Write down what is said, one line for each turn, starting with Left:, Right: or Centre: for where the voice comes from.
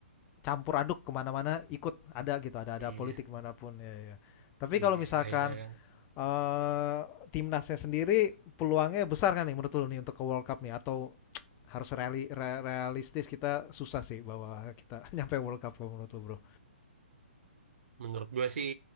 Left: campur aduk kemana-mana ikut ada gitu ada
Right: Iya
Left: ada politik manapun ya ya. Tapi
Right: iya
Left: kalau misalkan
Right: akhirnya kan.
Left: eh,
Right: Hmm.
Left: timnasnya sendiri peluangnya besar kan nih menurut lu nih untuk ke World Cup nih atau <tsk> harus reali- re- realistis kita susah sih bahwa kita <laughs> nyampe World Cup kalau menurut lu bro.
Right: Menurut gua sih